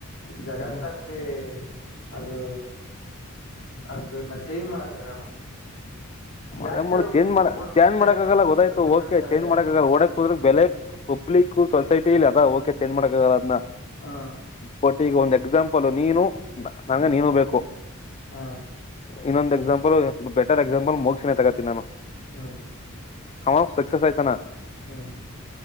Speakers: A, on the left; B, on the left.
A: ಜಗತ್ತಲ್ಲಿ
B: ಹ್ಮ್
A: ಅಲ್ಲಿ ಅದು ಅದನ್ನ ಚೇಂಜ್ ಮಾಡಕ್ ಆಗಲ್ಲ
B: ಮದೆ
A: ಯಾಕೆ
B: ಮ
A: ಹೇಳು
B: ಚೇಂಜ್ ಮಾಡ
A: ನೋಡಿದ್ರೆ
B: ಚೇಂಜ್ ಮಾಡಕಾಗಲ್ಲ ಗೊತ್ತಾಯ್ತು
A: ದುಡ್ಡು
B: ಓಕೆ
A: ಕಟ್ತಾರೆ
B: ಚೇಂಜ್ ಮಾಡಕ್ ಓಡಕ್ ಹದ್ರ ಬೆಲೆ ಪಬ್ಲಿಕ್ ಸೊಸೈಟಿ ಇ ಅದ ಓಕೆ ಚೇಂಜ್ ಮಾಡಕಾಗದದನ್ನ
A: ಹ
B: ಬಟ್ ಈಗ ಒಂದ ಎಕ್ಸಾಂಪಲ್ ನೀನು ನಂಗೆ
A: ಹ
B: ನೀನು ಬೇಕು
A: ಹ
B: ಇನ್ನೊಂದ್ ಎಕ್ಸಾಂಪಲ್ ಬೆಟರ್ ಎಕ್ಸಾಂಪಲ್ ಮೋಕ್ಸಿನೇ ತಗೋತಿ ನಾನು
A: ಹಾ
B: ಹಾ ಸಕ್ಸಸ್ ಆಯತಾನ
A: ಹ್ಮ್